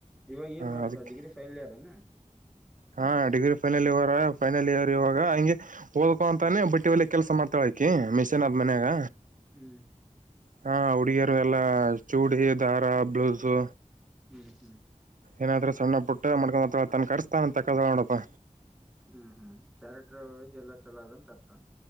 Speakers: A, in the centre; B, on the right.
A: ಇವಾಗ ಏನ್
B: ಹ
A: ಮಾಡ್ಕತ
B: ಅದಕ್ಕೆ
A: ಡಿಗ್ರಿ ಫೈನಲ್ ಇಯರ್ ಎನಾ
B: ಹಾ degree final year final year ಇವಾಗ ಹಂಗೆ ಓದಕೋ ಅಂತಾನೆ ಬಟ್ಟಿ ಹೊಲಿಯ ಕೆಲಸ ಮಾಡ್ತ ಕಿ ಮಿಶನ್ ಅದ್ ಮನ್ಯಾಗ
A: ಹ್ಮ್ ಹ್ಮ್
B: ಹಾ ಹುಡುಗಿಯರು ಎಲ್ಲ ಚೂಡಿ ದಾರ ಬ್ಲೌಸು
A: ಹ್ಮ್ ಹ್ಮ್
B: ಏನಾದ್ರೂ ಸಣ್ಣ ಪುಟ್ಟ ಮಾಡ್ಕೊಂಡ ಹೋಗ್ತಾಳಂತ ತನ್ ಖರ್ಚ್ ತನ್ ತಕ್ಕೊತಾಲ್ ನೋಡಪ್ಪ
A: ಹ್ಮ್ ಹ್ಮ್ ಕ್ಯಾರೆಟ್ರ್ ಒಳಗ್ ಎಲ್ಲಾ ಚಲೋ ಆದಂಥರ್ತ